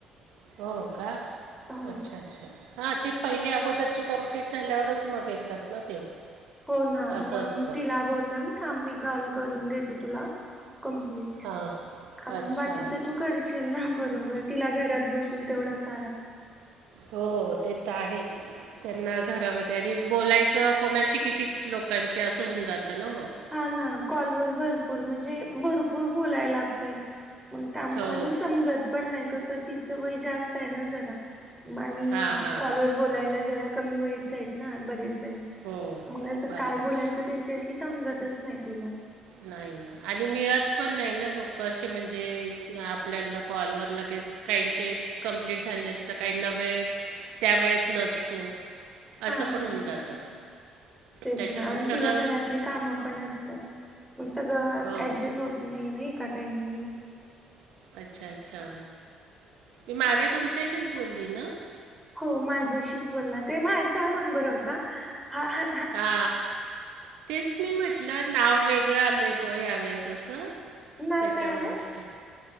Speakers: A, on the right; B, in the centre.
A: हो का
B: हो
A: अच्छा अच्छा हा ते. पहिली अगोदरची कंप्लीट झाल्यावरच मग येतात ना ते.
B: हो ना
A: असं
B: मंग
A: असतं
B: तिला बोलंम थांब मी कॉल करून देते तुला कंप्लीट.
A: हां
B: आ
A: अच्छा
B: म बाकीच
A: हो
B: तू करशील ना, बरोबर तिला घरात बसून तेवढाच आराम.
A: हो ते त आहे. त्यांना घरामध्ये आणि बोलायचं कोणाशी कितीक लोकांशी असं होऊन जातं ना म.
B: हा ना कॉलवर भरपूर म्हणजे भरपूर बोलाय लागतय. मंग त्यामुळ
A: हो
B: आणि समजत पण नाही कसं तिचं वय जास्त आहे ना जरा. म आणि
A: हां हां
B: कॉलवर बोलायला जरा कमी वयच आहेत ना, बरेच जण.
A: हो
B: मंग असं
A: बरोबर
B: काय बोलायचं त्यांच्याशी समजतच नाही तिला.
A: नाही ना, आणि मिळत पण नाही ना, लोक असे म्हणजे आपल्याला कॉलवर लगेच. काहीचे कम्प्लीट झाले असतं काहींना वेळ त्या वेळेत नसतो.
B: हा
A: असं पण होऊन
B: ना,
A: जातं
B: तेच
A: त्याच्यामुळे
B: ना, आणि
A: सगळं
B: तिला घरातली कामं पण असतात. मंग सगळं
A: हो
B: ऍडजस्ट
A: का
B: होत नाही नाही का टायमिंगला.
A: अच्छा अच्छा मी मागे तुमच्याशीच बोलली ना.
B: हो माझ्याशीच बोलला ते माह्यासा नंबर होता हा हे.
A: हा तेच मी म्हटलं नाव वेगळं आलय भो ह्यावेेळेस असं.
B: नाव
A: त्याच्या
B: काय आलंय
A: मुळ म्हटलं